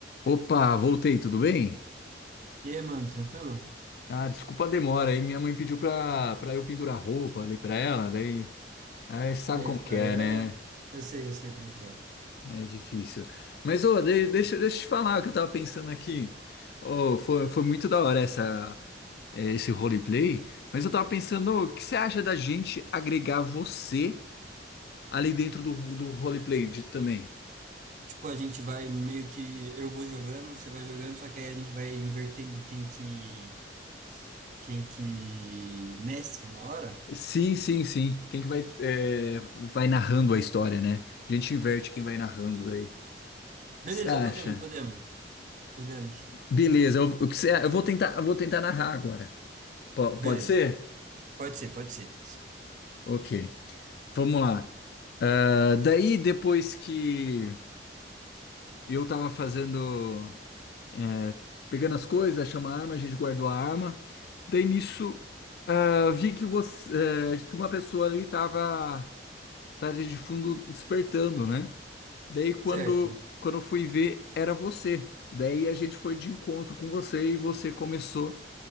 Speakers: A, on the left; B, on the right.
A: Opa, voltei, tudo bem?
B: E aí, mano, tranquilo?
A: Ah, desculpa a demora aí, minha mãe pediu pra, pra eu pendurar roupa ali pra ela, daí, aí você sabe
B: Aí
A: como
B: é,
A: que
B: aí
A: é, né?
B: é. Eu sei, eu sei como que é.
A: É difícil. Mas, ô, de- deixa, deixa eu te falar o que eu tava pensando aqui. Ô, foi, foi muito da hora essa, eh, esse roleplay, mas eu tava pensando, o que você acha da gente agregar você ali dentro do, do roleplay de, também?
B: Tipo, a gente vai meio que. Eu vou jogando, você vai jogando, só que aí a gente vai invertendo quem que. Quem que mestra na hora.
A: Sim, sim, sim. Quem que vai, eh, vai narrando a história, né? A gente inverte quem vai narrando aí. O
B: Beleza,
A: que você acha?
B: podemos, podemos, podemos.
A: Beleza, eu, o que você- eu vou tentar, eu vou tentar narrar agora. Po-
B: Beleza,
A: pode ser?
B: pode ser, pode ser.
A: Ok, vamos lá. Ah, daí, depois que eu tava fazendo, é, pegando as coisas, achamos a arma, a gente guardou a arma. Daí nisso, ah, vi que você, eh, que uma pessoa ali tava, tava de fundo despertando, né? Daí quando,
B: Certo,
A: quando eu fui ver, era você. Daí a gente foi de encontro com você e você começou